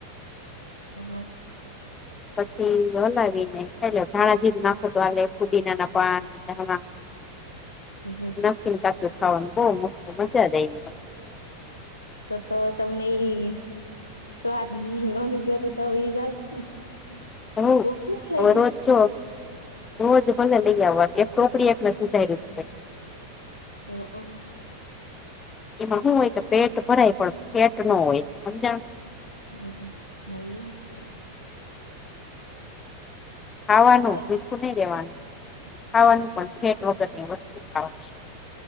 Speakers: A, on the left; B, on the left.
A: <unintelligible>
B: પછી હલાવીને. એ ધાણાજીરુ નાખો તો આ કુદીના ના પાન ધાણા.
A: હમ
B: કચું ખાવાનું બહ મસ્ મજા દે મ.
A: તો તો તમને એ સ્વાદ ગમી ગયો તો ત હ એ ચાલ છે ને.
B: હવ
A: ભૂખ નથી લાગી
B: હવે રોજ જો રોજ ભલે લઈ આવવા એક ટોકડી એકને સુધારી
A: <unintelligible>
B: એમાં શું હોય કે પેટ ભરાય પણ પેટ ન હોય સમજણ.
A: હા અયે છે.
B: ખાવાનું
A: છે
B: ભૂખું નહી દેવાનું ખાવાનું પણ ફેટ વગર વસ્તુ ખાવાની.